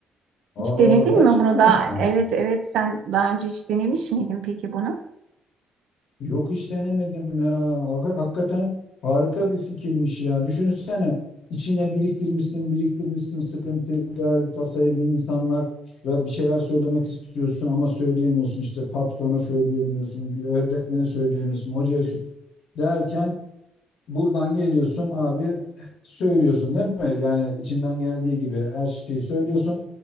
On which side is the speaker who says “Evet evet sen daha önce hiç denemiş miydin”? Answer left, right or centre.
Right